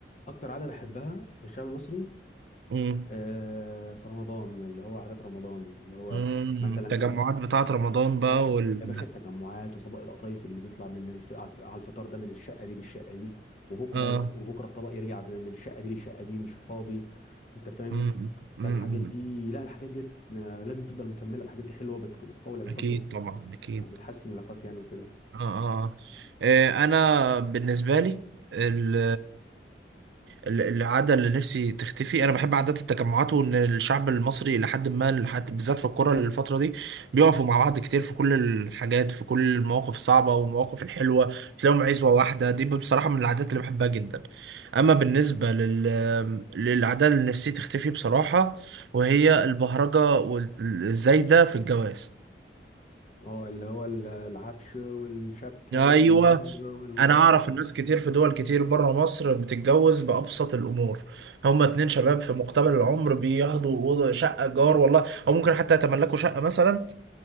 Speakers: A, on the left; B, on the right.
A: اكتر عاده بحبها في الشعب المصري
B: امم
A: آه، في رمضان اللي هو عادات رمضان اللي هو
B: امم
A: مثلا
B: التجمعات
A: انت
B: بتاعة رمضان بقى
A: يا باشا
B: وال
A: يا باشا التجمعات وطبق القطايف اللي بيطلع من الف... على الف- على الفطار ده من الشقه دي للشقه دي وبكره
B: اه
A: يط- وبكره الطبق يرجع ب- من الشقه دي للشقه دي مش فاضي انت فاهم
B: امم امم
A: فالحاجات
B: أمم.
A: دي لا الحاجات دي لازم تفضل مكمله الحاجات دي حلوه بت... بتقوي العلاقات
B: اكيد
A: وب-
B: طبعا اكيد
A: وبتحسن العلاقات يعني وكده
B: اه اه اه آه، انا بالنسبه لي ال- ال- العاده اللي نفسي تختفي انا بحب عادات التجمعات وان الشعب المصري لحد ما لحد بالذات في الكوره الفتره دي بيقفوا مع بعض كتير في كل الحاجات في كل المواقف الصعبه والمواقف الحلوه تلاقيهم عزوه واحده دي بصراحه من العادات اللي بحبها جدا اما بالنسبه لل للعاده اللي نفسي تختفي بصراحه وهي البهرجه والزايده في الجواز
A: اه اللي هو ال- العفش والشبكه
B: ايوه
A: والمهر والمؤخ
B: انا اعرف الناس كتير في دول كتير بره مصر بتتجوز بابسط الامور هما اتنين شباب في مقتبل العمر بياخدوا أوضة- شقه جار والله او ممكن حتى يتملكوا شقه مثلا